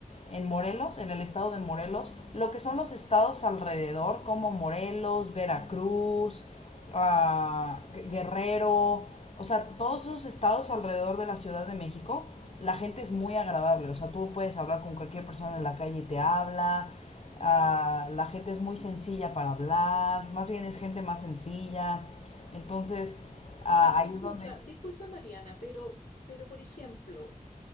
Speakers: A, on the left; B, on the left.
A: en Morelos, en el estado de Morelos, lo que son los estados alrededor, como Morelos, Veracruz, ah, Guerrero, o sea, todos esos estados alrededor de la Ciudad de México, la gente es muy agradable. O sea, tú puedes hablar con cualquier persona en la calle y te habla. ah,
B: sí.
A: la gente es muy sencilla para hablar. Más bien es gente más sencilla. Entonces, ah,
B: Sí,
A: ahí
B: disculpa,
A: es donde...
B: disculpa Mariana, pero, pero por ejemplo,